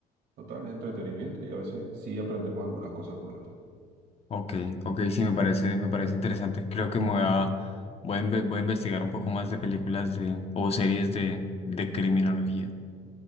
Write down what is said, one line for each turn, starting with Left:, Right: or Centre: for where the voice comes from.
Right: total entretenimiento y a veces sí aprendemos algunas cosas nuevas.
Left: Ok, ok, sí, me parece, me parece interesante. Creo que me voy a, voy a, inve- voy a investigar un poco más de películas de, o series de, de criminología.